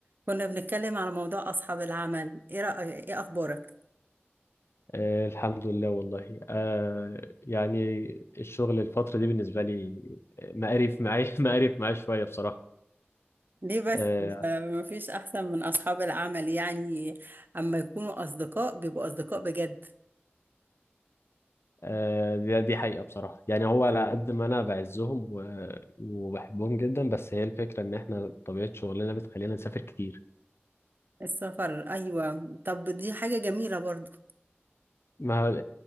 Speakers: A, on the right; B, on the left.
A: كنا بنتكلم على موضوع أصحاب العمل إيه رأيك إيه أخبارك؟
B: آه الحمد لله والله آه يعني الشغل الفترة دي بالنسبة لي آه، مقرف معايا <laughs> مقرف معايا شوية بصراحة
A: ليه بس
B: آه
A: آه، مفيش أحسن من أصحاب العمل يعني أما يكونوا أصدقاء بيبقوا أصدقاء بجد
B: آه دي, دي حقيقة بصراحة يعني هو على قد ما أنا بعزهم و- وبحبهم جدا بس هي الفكرة إن إحنا طبيعة شغلنا بتخلينا نسافر كتير
A: السفر أيوة طب دي حاجة جميلة برضو
B: ما